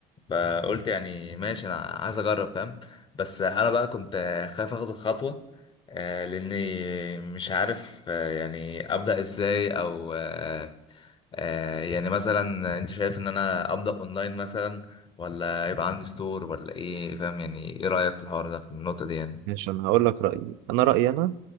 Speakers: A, on the left; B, on the right.
A: فقلت يعني ماشي انا عايز اجرب فاهم بس انا بقى كنت خايف اخد الخطوه آه، لاني مش عارف آه، يعني ابدا ازاي او آه، آه، يعني مثلا انت شايف ان انا ابدا اونلاين مثلا ولا يبقى عندي ستور ولا ايه فاهم يعني ايه رايك في الحوار ده في النقطه دي يعني
B: ماشي انا هقول لك رايي انا رايي انا